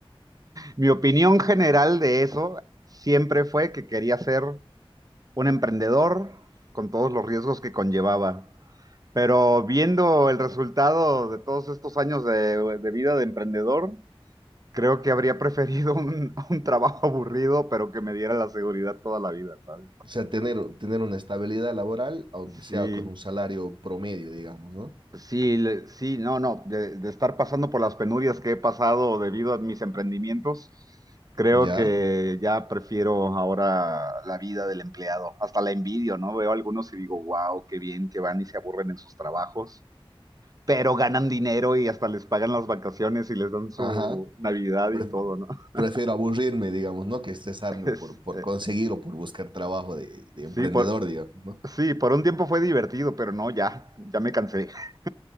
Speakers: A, on the right; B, on the right.
A: Mi opinión general de eso siempre fue que quería ser un emprendedor con todos los riesgos que conllevaba Pero viendo el resultado de todos estos años de, de vida de emprendedor, creo que habría preferido un, <laughs> un trabajo aburrido, pero que me diera la seguridad toda la vida, ¿sabes?
B: O sea, tener, tener una estabilidad laboral, aunque
A: Sí,
B: sea con un salario promedio, digamos, ¿no?
A: sí, le- sí, no, no, de, de estar pasando por las penurias que he pasado debido a mis emprendimientos, creo
B: ¿Ya?
A: que ya prefiero ahora la vida del empleado. Hasta la envidio, ¿no? Veo algunos y digo, wow, qué bien que van y se aburren en sus trabajos. pero ganan dinero y hasta les pagan las vacaciones y les dan su
B: Ajá.
A: Navidad
B: Pre-
A: y todo, ¿no? <laughs>
B: prefiero aburrirme, digamos, ¿no? Que estresarme
A: Es,
B: por, por
A: eh,
B: conseguir o por buscar trabajo de, de emprendedor,
A: sí, por,
B: digamos, ¿no?
A: sí, por un tiempo fue divertido, pero no, ya, ya me cansé, <laughs>